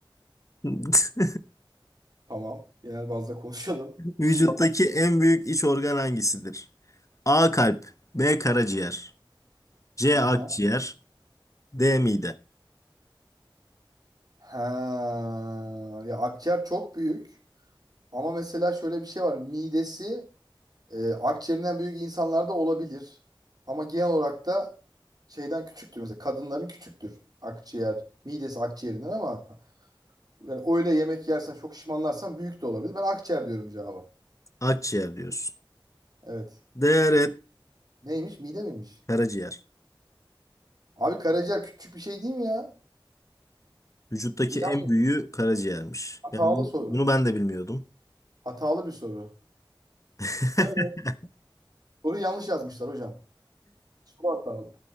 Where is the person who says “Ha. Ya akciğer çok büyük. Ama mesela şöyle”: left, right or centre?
Right